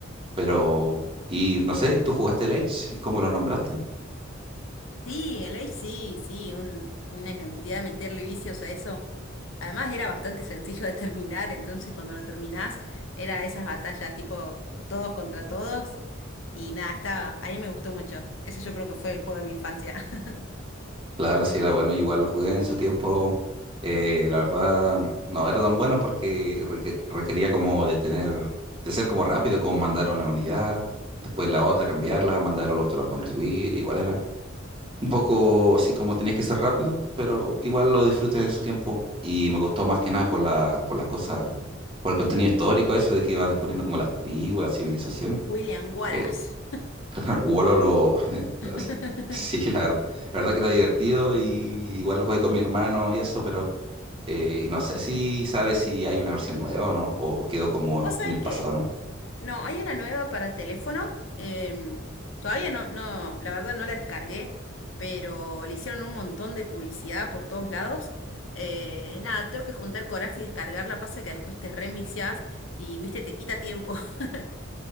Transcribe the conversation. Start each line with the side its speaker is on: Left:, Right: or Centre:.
Right: Pero, y no sé, ¿y ¿tú jugaste el Age? ¿Y ¿Cómo lo nombraste?
Left: Sí, el Age sí, sí, un- una cantidad de meterle vicios a eso. Además era bastante sencillo de terminar, entonces cuando lo terminás era esas batallas tipo todos contra todos. Y nada, estaba, a mí me gustó mucho. Ese yo creo que fue el juego de mi infancia. <laughs>
Right: Claro, sí era bueno, yo igual lo jugué en su tiempo. eh, la verdad, no era tan bueno porque reque- requería como de tener, de ser como rápido, como mandar a una unidad, después la otra, cambiarla, mandar al otro a construir, igual era. Un poco así como tenía que ser rápido, pero igual lo disfruté en su tiempo. Y me gustó más que nada por la, por las cosas, por el contenido histórico, eso de que iba descubriendo como las tribus, la civilización.
Left: William Wallace.
Right: Eh, <laughs> claro, Wolo lo. <laughs> entonces,
Left: <laughs>
Right: sí, la ver- la verdad, que era divertido y igual lo jugué con mi hermano y eso, pero eh, no sé si sabes si hay una versión nueva o no, o, o quedó como
Left: Vos sabés
Right: en el
Left: que
Right: pasado, ¿no?
Left: No, hay una nueva para teléfono. em, todavía no, no, la verdad no la descargué, pero le hicieron un montón de publicidad por todos lados. Eh, nada, tengo que juntar coraje y descargarla. Pasa que después te reenviciás y, viste, te quita tiempo. <laughs>